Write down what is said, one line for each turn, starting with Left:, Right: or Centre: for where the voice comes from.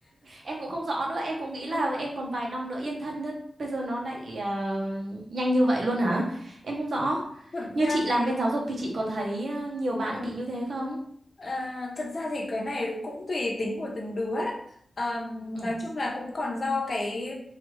Right: em cũng không rõ nữa em cũng nghĩ là
Left: ừ,
Right: em còn vài năm nữa yên thân nữa bây giờ nó lại ờ, nhanh như vậy luôn hả em không rõ
Left: thực
Right: như
Left: ra
Right: chị làm
Left: thì
Right: bên giáo dục thì chị có thấy ờ, nhiều bạn
Left: ừ,
Right: bị như thế không
Left: À, thật ra thì cái này cũng tùy tính của từng đứa ấy. À,
Right: ừ
Left: nói chung là cũng còn do cái